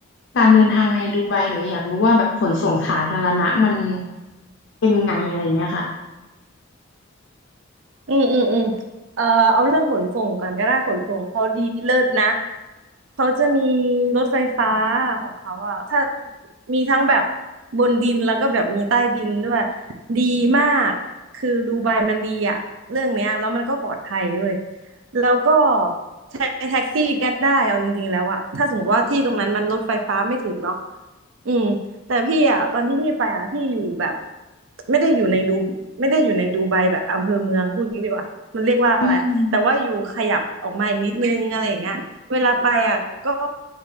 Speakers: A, on the left; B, on the right.
A: การเดินทางในดูไบหนูอยากรู้ว่าแบบขนส่งสาธารณะมันเป็นไงอะไรเงี้ยค่ะ
B: อืมอืมอืมเอ่อเอาเรื่องขนส่งก่อนก็ได้ขนส่งเขาดีเลิศนะ เขาจะมีรถไฟฟ้าของเขาอ่ะถ้ามีทั้งแบบบนดินแล้วก็แบบมีใต้ดินด้วยดีมากคือดูไบมันดีอ่ะเรื่องเนี้ยแล้วมันก็ปลอดภัยด้วยแล้วก็ใช้แท็กซี่ก็ได้เอาจริงๆแล้วอ่ะถ้าสมมติว่าที่ตรงนั้นมันรถไฟฟ้าไม่ถึงเนาะอืมแต่พี่อ่ะตอนที่พี่ไปอ่ะพี่อยู่แบบไม่ได้อยู่ในดูไม่ได้อยู่ในดูไบแบบอำเภอเมืองพูดงี้ดีกว่ามันเรียกว่าอะไรแต่ว่าอยู่ขยับออกมาอีกนิดนึงอะไรอย่างเงี้ย
A: อืม
B: เวลาไปอ่ะก็